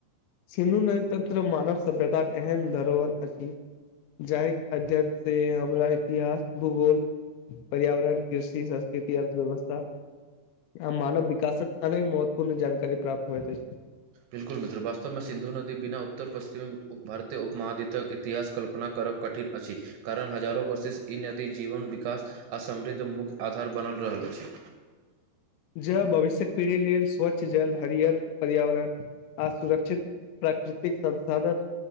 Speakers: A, on the left; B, on the right.
A: सिन्धु नदी तऽ मानव सभ्यतााक एहन धरोहर अछि जाहिक अध्ययनसँ हमरा इतिहास, भूगोल पर्यावरण, कृषि, संस्कृति, अर्थव्यवस्था आ मानव विकासक अनेक महत्वपूर्ण जानकारी प्राप्त होइत अछि।
B: बिल्कुल मित्र, वास्तवमे सिन्धु नदी बिना उत्तर पश्चिमी उप भारतीय उप महाद्वीपक इतिहासके कल्पना करब कठिन अछि कारण हजारो वर्षे ई नदी जीवन विकास आ समृद्ध मुख्य आधार बनल रहल अछि।
A: जल भविष्य पीढ़ी लेल स्वच्छ जल हरियर पर्यावरण असुरक्षित प्राकृतिक संसाधन